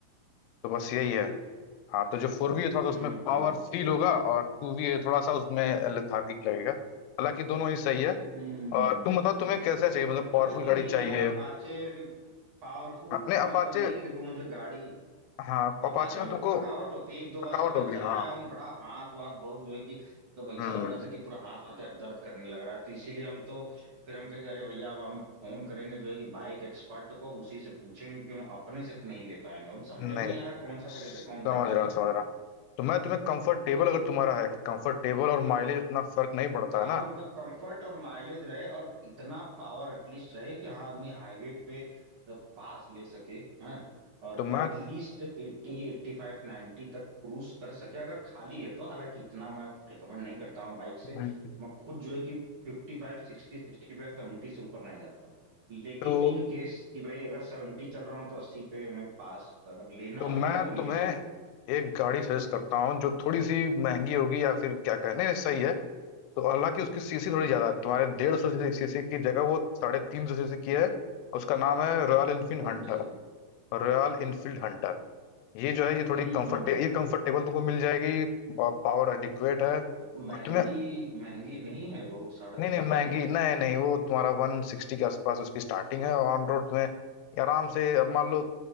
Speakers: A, on the left (about 85°); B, on the right (about 70°).
A: तो बस यही
B: ओ
A: है हाँ तो जो फोर वी है थोड़ा सा उसमें
B: हम्म हम्म
A: पावर फील होगा और टू वी है थोड़ा सा उसमें लेथार्गिक लगेगा हालांकि दोनों ही सही है
B: हम्म।
A: और
B: हम्म।
A: तुम बताओ तुम्हें कैसा चाहिए मतलब
B: हालांकि
A: पावरफुल गाड़ी
B: नहीं
A: चाहिए
B: यार अपाचे पावरफुल
A: हाँ, नहीं
B: का
A: अपाचे
B: मतलब ये है कि देखो मुझे गाड़ी
A: हाँ
B: अपाचे
A: अपाचे में
B: में ना
A: तुमको
B: थकावट होती है एक दो बार
A: थकावट
B: का मैं
A: होगी
B: चलाया
A: हाँ
B: हूँ बड़ा हाथ वाथ बहुत जो है कि तो ऐसा
A: हम्म
B: लग रहा था कि पूरा हाथ वाथ यार दर्द करने लग रहा है तो इसीलिए हम तो फिर हम कहेंगे अरे भैया अब हम फोन करेंगे जो है कि बाइक एक्सपर्ट को अब उसी से पूछेंगे कि हम अपने से तो नहीं ले पाएंगे हम समझे
A: नहीं
B: में नहीं आ रहा कौन सा खरीदे
A: समझ
B: कौन सा नहीं
A: रहा समझ रहा तो मैं तुम्हें कंफर्टेबल अगर तुम्हारा है कि कंफर्टेबल और माइलेज उतना फर्क नहीं पड़ता
B: हाँ
A: है ना
B: मतलब कंफर्ट और माइलेज रहे और इतना पावर एटलीस्ट रहे कि हाँ आदमी हाईवे पे मतलब पास ले सके हैं और
A: तो मैं
B: एटलीस्ट एट्टी एट्टी फाइव नाइन्टी तक क्रूज कर सके अगर खाली है तो हालांकि इतना मैं रिकमेंड नहीं करता हूँ बाइक से
A: हम्म।
B: मैं खुद जो है कि फिफ्टी फाइव सिक्सटी सिक्सटी फाइव सेवेंटी से ऊपर नहीं जाता हूँ लेकिन
A: तो
B: इन केस कि भाई अगर सेवेंटी चल रहा हूँ तो अस्सी पे मैं पास अगर लेना
A: तो
B: हो
A: मैं
B: तो ले
A: तुम्हें
B: सकूँ
A: एक गाड़ी सजेस्ट करता हूँ जो थोड़ी सी महंगी होगी या फिर क्या कहें नहीं नहीं, सही है तो हालांकि उसकी सीसी थोड़ी ज्यादा है तुम्हारे डेढ़ सौ सीसी की जगह वो साढ़े तीन सौ सीसी की है उसका नाम है Royal Enfield
B: कौन
A: Hunter
B: सी
A: Royal Enfield Hunter ये जो है ये थोड़ी
B: हम्म
A: कंफर्ट
B: हम्म
A: ये कंफर्टेबल तुमको मिल जाएगी और पावर एडिक्वेट है
B: तो महंगी
A: और तुम्हें
B: महंगी नहीं है बहुत साढ़े
A: नहीं
B: तीन
A: नहीं
B: सौ
A: महंगी
B: सीसी
A: नहीं नहीं वो तुम्हारा वन सिक्सटी के आसपास उसकी स्टार्टिंग है ऑन रोड तुम्हें ये आराम से अब मान लो